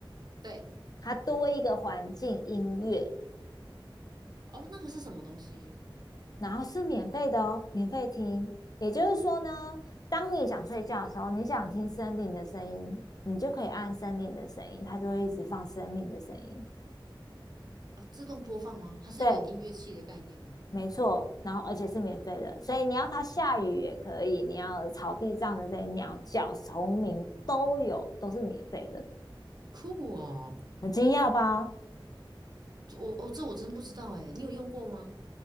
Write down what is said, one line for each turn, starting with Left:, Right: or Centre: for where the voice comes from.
Right: 对
Left: 它多一个环境音乐，
Right: 哦，那个是什么东西
Left: 然后是免费的哦，免费听。也就是说呢，当你想睡觉的时候，你想听森林的声音，你就可以按森林的声音，它就会一直放森林的声音。
Right: 啊？自动播放吗？它是一个音乐器的概念吗？
Left: 对，没错。然后而且是免费的，所以你要它下雨也可以，你要草地上的这些鸟叫、虫鸣都有，都是免费的。
Right: 酷哦，
Left: 很惊讶吧？
Right: 这我哦，这我真不知道哎，你有用过吗？